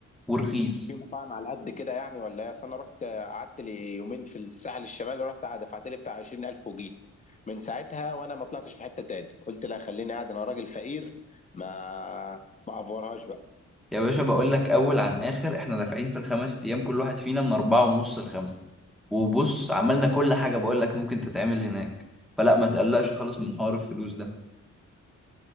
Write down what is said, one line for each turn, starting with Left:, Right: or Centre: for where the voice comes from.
Centre: ورخيص
Left: في مطاعم على قد كده يعني ولا ايه أصل انا رحت قعدت لي يومين في الساحل الشمالي رحت دفعت لي بتاع 20000 وجيت من ساعتها وانا ما طلعتش في حته تاني قلت لا خليني قاعد انا راجل فقير ما ما افورهاش بقى
Centre: يا باشا بقول لك اول عن اخر احنا دافعين في الخمس ايام كل واحد فينا من اربعة ونص لخمسة وبص عملنا كل حاجة بقول لك ممكن تتعمل هناك فلا ما تقلقش خالص من حوار الفلوس ده